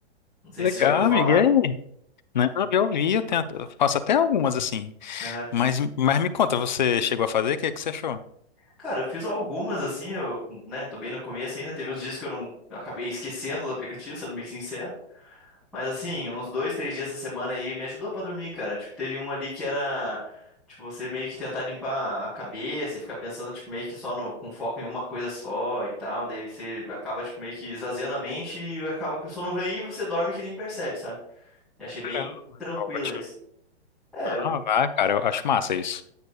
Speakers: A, in the centre; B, on the left (about 45°).
A: Não sei
B: Legal,
A: se você já viu falar.
B: amiga. E aí? Né? Não, eu vi, eu tenho, eu faço até algumas assim.
A: Aham.
B: Mas, mas me conta, você chegou a fazer? O que é que você achou?
A: Cara, eu fiz algumas assim, eu, né, tô bem no começo ainda. Teve uns dias que eu não eu acabei esquecendo do aplicativo, sendo bem sincero. Mas assim, uns dois, três dias essa semana aí me ajudou pra dormir, cara. Tipo, teve um ali que era, tipo, você meio que tentar limpar a cabeça e ficar pensando, tipo, meio que só no, com foco em uma coisa só e tal. Daí você acaba, tipo, meio que esvaziando a mente e acaba que o sono vem e você dorme que nem percebe, sabe? Eu achei bem
B: Caramba,
A: tranquilo
B: ótimo.
A: esse. É,
B: Ah,
A: eu-
B: ah, cara, eu acho massa isso.